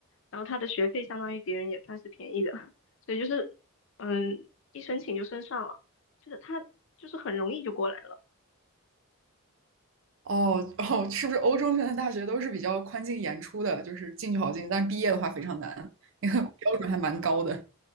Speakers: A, on the left; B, on the right.
A: 然后它的学费相当于别人也算是便宜的，所以就是嗯，一申请就申上了，就是它就是很容易就过来了。
B: 哦哦，是不是欧洲现在大学都是比较宽进严出的，就是进去好进，但是毕业的话非常难，<laughs> 那个标准还蛮高的。